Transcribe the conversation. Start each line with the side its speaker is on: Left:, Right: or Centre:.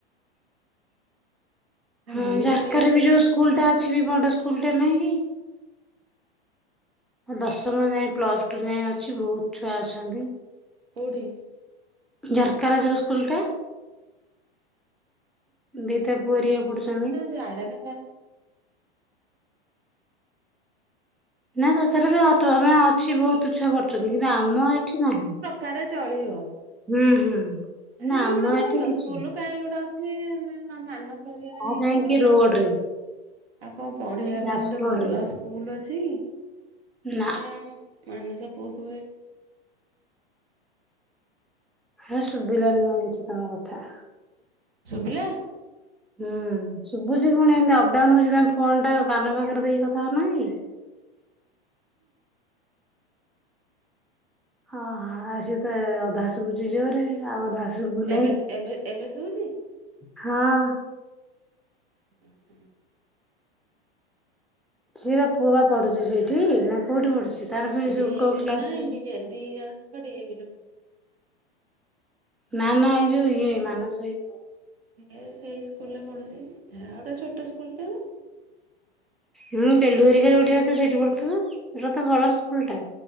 Centre: ହଁ
Right: ଡିଏଭି
Centre: ଝାରକାରେ
Right: ଫିଏଭିରେ
Centre: ବି ଯୋଉ ସ୍କୁଲ ଟା ଅଛି ବଡ ସ୍କୁଲ ଟା ନହିଁ କି ଦଶମ ଯାଏ ପ୍ଲସ ଟୁ ଯାଏଁ ଅଛି ବହୁତ ଛୁଆ ଅଛନ୍ତି
Right: କଡ଼ି
Centre: ଜରକାର ଯୋଉ ସ୍କୁଲ ତ ଦିଟ ପୁଆ ପଡୁଛନ୍ତି
Right: ଯହାର କ
Centre: ନା ସେଥରେ ବି ଆମେ ଅଛି ବହୁତଛୁଆ ପଛନ୍ତି କିନ୍ତୁ ଆମ ଏଠି ନାହିଁ
Right: କରେ ଚଳିବ
Centre: ହୁଁ ହୁଁ
Right: ତାଲେ
Centre: ନା
Right: ବି
Centre: ଆମ
Right: ଗୋଟେ ଭଲ
Centre: ଏଠି କିଛି
Right: ସ୍କୁଲ
Centre: ନାହିଁ
Right: କାହିଁ ଗୋଟେ ଅଛି ମାନ ଇ
Centre: ଆଉ ଯାଇକି
Right: କୁଅଆଙ୍କୁ
Centre: ରୋଡ ରେ
Right: ଆଉ କଣ ପଢିବା
Centre: ଯାଜପୁର
Right: ପାଇଁ ଗୋଟେ ଭଲ
Centre: ରୋଡରେ
Right: ସ୍କୁଲ ଅଛି ହେ
Centre: ନା
Right: ଆମ ମାନସ ପୁଅକୁଳେ
Centre: ହ ଶୁଭିଲାନି ମ କିଛି ତମ କଥା
Right: ଶୁଭିଲା
Centre: ହୁଁ ଶୁଭୁଛି ପୁଣି ଏମତି ଅପଡାଉନ ହଉଛି ତମେ ଫୋନ ଟା କାନ ପାଖରେ ଦେଇକି କଥା ହଉନା କି ହଁହଁ ଆଉ ସଏ ତ ଅଧା ଶୁଛି ଜୋରେ ଆଉ ଅଧା ଶୁଭୁନେଇ।
Right: ଏମ୍ ଏସ୍ ଏମ୍ସ୍ ଏମ୍ ଏସ୍ ହେଉଛି
Centre: ହଁ
Right: ହୁଁ ହୁଁ
Centre: ସିଏ ବା ପୁଅ ବା ପଢୁଛି ସେଇଠି ନା କୋଉଠି ପଢୁଛି ତାର ଯୋଉ
Right: ଡିଏଭି
Centre: କୋଉ କ୍ଲାସ
Right: ନାଇଁ ଦି ଜ ପଡ଼ିୁ
Centre: ନା ନା ଏଇ ଯୋଉ ଇଏ ମାନସ ହେଇପ
Right: ସେଇ ସ୍କୁଲରେ ପଢୁଛି ଗୋଟେ ଛୋଟ ସ୍କୁଲରେ
Centre: ହଁ ବେଲୁରରେ ଗୋଟେ ଅ ସେଇଠି ପଢୁଥିବ ଏଟ ତ ବଡ ସ୍କୁଲ ଟା